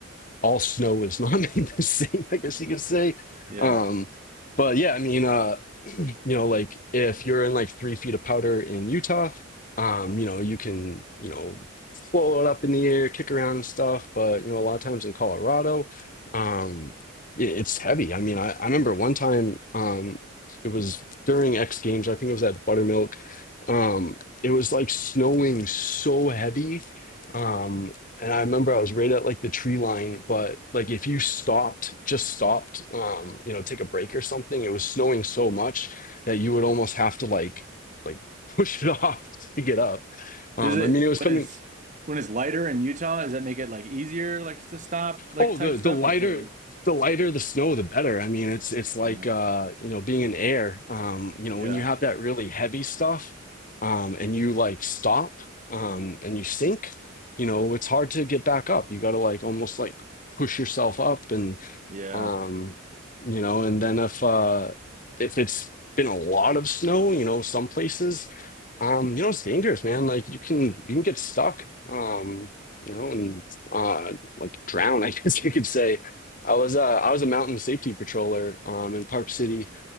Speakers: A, on the left (about 40°); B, on the right (about 35°).
A: all snow is not <laughs> made the same. I guess you could say.
B: Yeah.
A: Um, but yeah, I mean, uh, you know, like if you're in like three feet of powder in Utah, um, you know, you can, you know, float it up in the air, kick around and stuff. But, you know, a lot of times in Colorado, um, it, it's heavy. I mean, I, I remember one time, um, it was during X Games, I think it was at Buttermilk. Um, it was like snowing so heavy. Um, and I remember I was right at like the tree line, but like if you stopped, just stopped, um, you know, take a break or something, it was snowing so much that you would almost have to like like push it <laughs> off to get up. Um,
B: Does it
A: I mean, it was
B: when
A: coming.
B: it's when it's lighter in Utah, does that make it like easier like to stop like
A: Oh,
B: type
A: the
B: stuff
A: the lighter
B: or is it like
A: the lighter the snow, the better. I mean, it's it's like
B: yeah.
A: uh, you know being in air. Um, you know,
B: Yeah.
A: when you have that really heavy stuff, um, and you like stop um, and you sink, you know, it's hard to get back up. You got to like almost like push yourself up and.
B: Yeah.
A: um you know and then if uh if it's been a lot of snow you know some places um you know it's dangerous man like you can you can get stuck um you know and uh like drown <laughs> i guess you could say i was uh i was a mountain safety patroller um in park city